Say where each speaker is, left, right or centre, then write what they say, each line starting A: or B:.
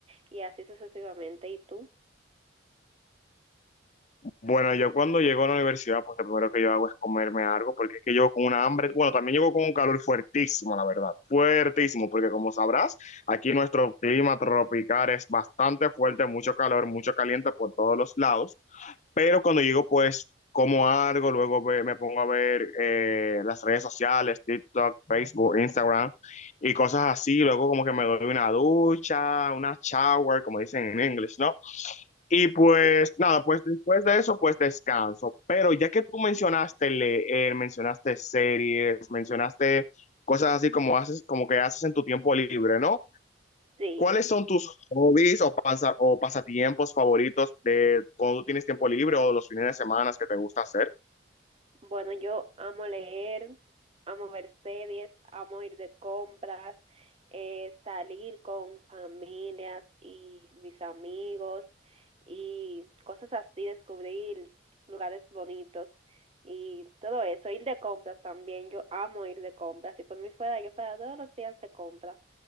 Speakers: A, on the right; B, on the left.
A: y así sucesivamente. ¿Y tú?
B: Bueno, yo cuando llego a la universidad, pues lo primero que yo hago es comerme algo, porque es que llego con una hambre, bueno, también llego con un calor fuertísimo, la verdad, fuertísimo, porque como sabrás, aquí nuestro clima tropical es bastante fuerte, mucho calor, mucho caliente por todos los lados, pero cuando llego, pues como algo, luego ve- me pongo a ver eh, las redes sociales, TikTok, Facebook, Instagram y cosas así, luego como que me doy una ducha, una shower, como dicen en inglés, ¿no? Y pues
A: Sí.
B: nada, pues después de eso, pues descanso. Pero ya que tú mencionaste leer, mencionaste series, mencionaste cosas así como haces, como que haces en tu tiempo libre, ¿no?
A: Sí,
B: ¿Cuáles son tus hobbies o, pasa- o pasatiempos favoritos de cuando tú tienes tiempo libre o los fines de semana que te gusta hacer?
A: Bueno, yo amo leer, amo ver series, amo ir de compras, eh, salir con familias y mis amigos y cosas así, descubrir lugares bonitos y todo eso, ir de compras también, yo amo ir de compras, si por mí fuera, yo fuera todos los días de compras,